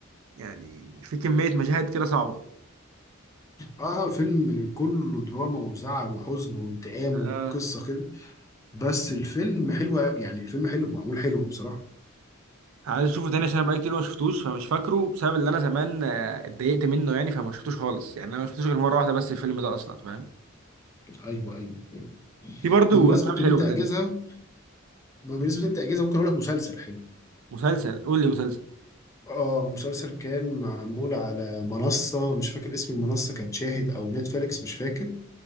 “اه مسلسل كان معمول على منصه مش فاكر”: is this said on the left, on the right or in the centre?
Left